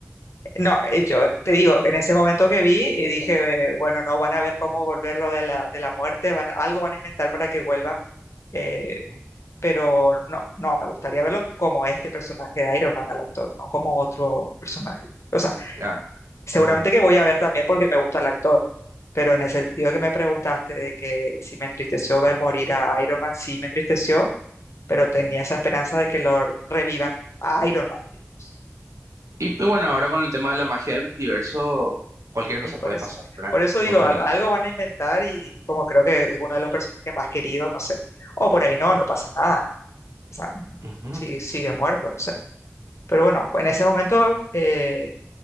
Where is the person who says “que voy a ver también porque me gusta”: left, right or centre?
Left